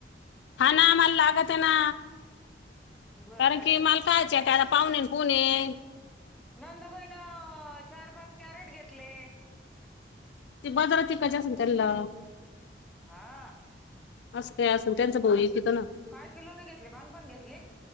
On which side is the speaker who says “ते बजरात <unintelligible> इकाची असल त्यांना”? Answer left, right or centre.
Left